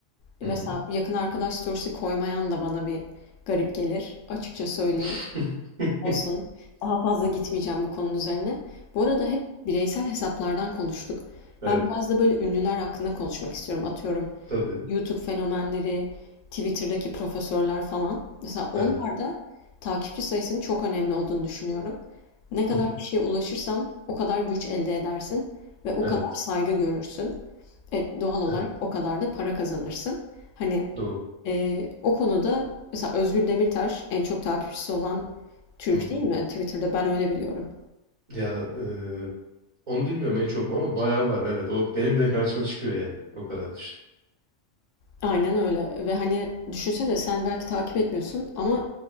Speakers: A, on the right; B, on the left.
A: Hı
B: Mesela
A: hı.
B: yakın arkadaş storiesi koymayan da bana bir garip gelir. Açıkça söyleyeyim.
A: <laughs>
B: Olsun. Daha fazla gitmeyeceğim bu konunun üzerine. Bu arada hep bireysel hesaplardan konuştuk.
A: Evet.
B: Ben biraz da böyle ünlüler hakkında konuşmak istiyorum. Atıyorum
A: Tabii.
B: YouTube fenomenleri, Twitter'daki profesörler falan. Mesela onlar
A: Evet.
B: da takipçi sayısının çok önemli olduğunu düşünüyorum. Ne kadar
A: Hı hı.
B: kişiye ulaşırsan o kadar güç elde edersin ve o
A: Evet.
B: kadar saygı görürsün. E, doğal olarak
A: Evet.
B: o kadar da para kazanırsın. Hani
A: Doğru.
B: Eee, o konuda mesela Özgür Demirtaş en çok takipçisi olan Türk
A: Hı hı.
B: değil mi? Twitter'da ben öyle biliyorum.
A: Ya e, onu bilmiyorum en çok mu ama bayağı var. Evet o benim bile karşıma çıkıyor yani. O kadar düşün.
B: Aynen öyle ve hani düşünsene sen belki takip etmiyorsun ama